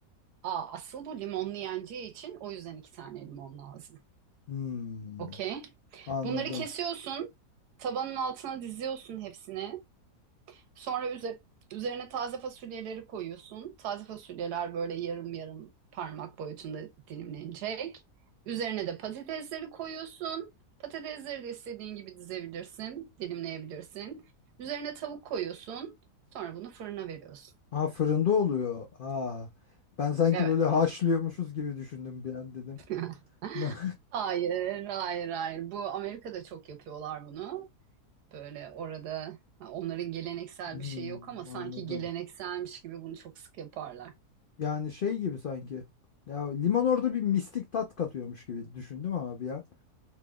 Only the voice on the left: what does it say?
Hmm,
anladım.
Ha fırında oluyor. Aa, ben sanki
böyle haşlıyormuşuz gibi düşündüm bir an dedim.
<laughs>
Hmm,
anladım.
Yani şey gibi sanki. Ya limon orada bir mistik tat katıyormuş gibi düşündüm ama bir an.